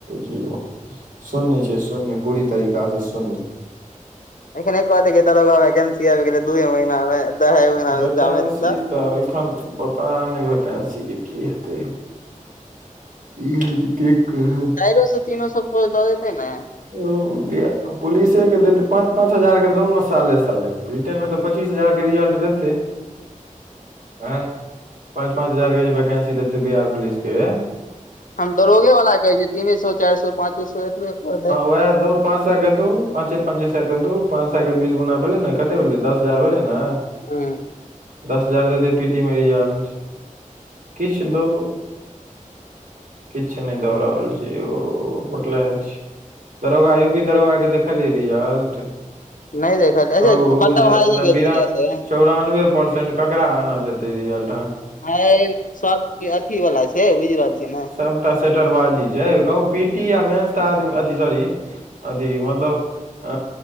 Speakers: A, on the right; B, on the left.
A: जीरो। शून्य छै, शून्य, पूरी तरीका से शून्य।
B: एखने कथते की दरोगा मे वैकेंसी आबि गेलै, दूए महिनामे, अढाइये महिनामे
A: वैकेंसी
B: एक्जाम हतै तऽ।
A: तऽ एखन पता नहि, वैकेन्सी के की हेतै। की हैते के कहत।
B: चारइो सौ, तीनो सौऽ कोई द देतै ने।
A: ओ पुलिसे के देत पाँच -पाँच हजार के दो ने साले- साले। ब्रिटेनमे तऽ पच्चीस हजारके रिजल्ट देतै। आँय पाँच- पाँच हजारके जे वैकेंसी देतै बिहार पुलिसके।
B: हम तऽ दरोगे वला कहै छी तीने सो, चारि सए, पाँचे सो एतबे कऽ दे।
A: बस तो। पाँंच सए के दो पाँचे -पाँचे सए के दो, पाँंच सए के बीस गुना भेलै ने, कते भेलै दस हजार भेलै ने।
B: हं।
A: दस हजार देते पी टी में रिजल्ट। किछु दो। किछु नहि दऽ रहल छी यो, बतले अछि। दरोगा यू पी दरोगा के देखलियै रिजल्ट।
B: नहि देखलिये अच्छा
A: कहू
B: कट-अप
A: जे
B: हिइ
A: न
B: गेल
A: बिना
B: छलै से।
A: चौरानबे परसेंट केकरा आनल हेतै रिज्लट
B: हय सब चीज अथी वाला छै, बुझि रहल छियै ने।
A: सबटा सेटर बाजी छै, कहू पीटी आ मेंस तऽ आदमी, अथी सॉरी। अथी मतलब अ